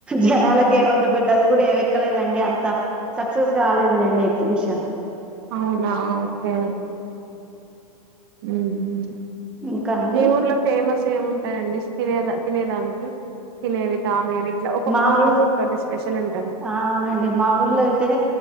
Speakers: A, in the centre; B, on the right.
A: జనాలకేవంత్ పెద్ద అది గూడా ఏంవ్ ఎక్కలేదండి అంత సక్సెస్ గాలేదులేండి ఎగ్స్ బిషన్
B: ఔనా ఓకే ఉమ్
A: ఇంకా అండి
B: మీ ఊర్లో ఫేమస్ సేముంటాయండి తినేద తినేదాన్కి తినేవి తాగేవి ఇట్లా ఒక్కక్
A: మా
B: ఊర్లో
A: ఊ
B: ఒక్కక్ టి స్పెషలన్
A: ఆ ఔనండి మా ఊర్లులైతే